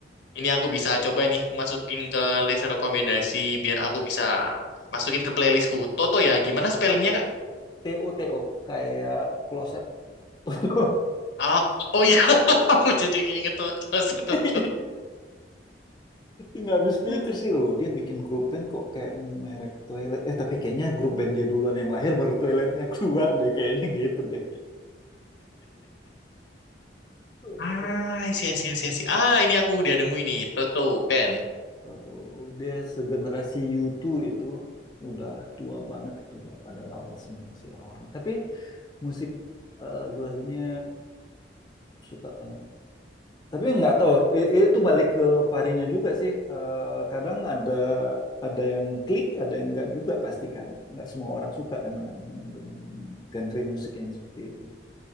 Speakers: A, on the left (about 75°); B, on the left (about 25°).
A: ini aku bisa coba nih masukin ke list rekomendasi biar aku bisa masukin ke playlistku. Toto ya, gimana spellingnya
B: Toto.
A: Kak?
B: T T O T O kayak kloset. toto
A: Ah, oh iya, <laughs> aku jadi keinget Toto.
B: <laughs> Nggak habis pikir
A: Toto.
B: sih lo. Dia bikin grup band kok kayak merek toilet. Eh tapi kayaknya grup band dia duluan yang lahir baru toiletnya keluar deh. Kayaknya gitu deh. Toto.
A: Ah, sih, sih, sih, sih. Ah, ini aku udah nemu ini. toto tuh, Ben.
B: Tahu-tahu dia segenerasi U2 itu udah tua banget itu udah pada lawas semua sih orang-orang. Tapi musik eh, lagu-lagunya suka banget. Tapi nggak tahu i- itu balik ke varinya juga sih. Eh, kadang ada ada yang klik, ada yang nggak juga pasti kan. Nggak semua orang suka kan dengan dengan genre musik yang seperti itu.